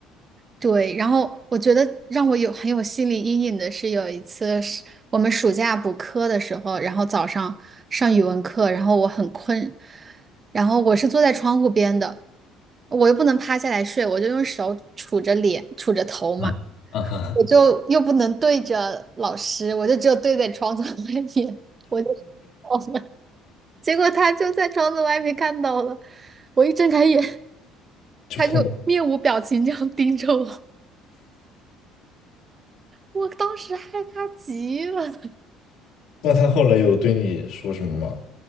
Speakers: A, on the right; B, on the left.
A: 对，然后我觉得让我有很有心理阴影的是，有一次是我们暑假补课的时候，然后早上上语文课，然后我很困，然后我是坐在窗户边的，我又不能趴下来睡，我就用手杵着脸、杵着头嘛，
B: 嗯，啊哈，
A: 我就又不能对着老师，我就只有对在窗子 <laughs> 外面，我就 <laughs> 我们，<laughs> 结果他就在窗子外面看到了，我一睁开眼，
B: 就碰到。
A: 他就面无表情这样盯着我。我当时害怕极了。<laughs>
B: 那他后来有对你说什么吗？